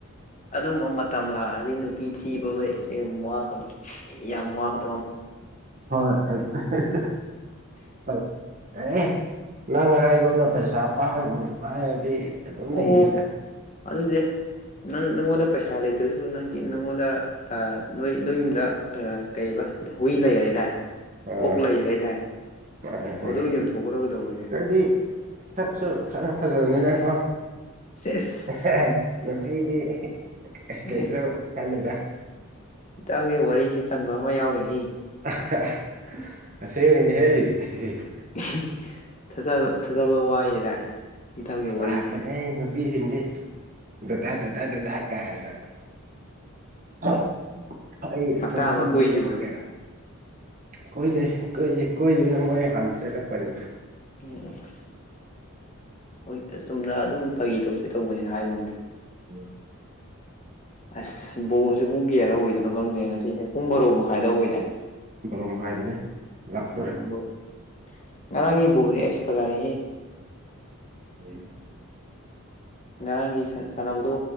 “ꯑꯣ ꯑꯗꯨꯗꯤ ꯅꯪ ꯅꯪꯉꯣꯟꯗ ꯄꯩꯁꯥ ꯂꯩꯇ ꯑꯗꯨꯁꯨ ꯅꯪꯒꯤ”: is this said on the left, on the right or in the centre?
Left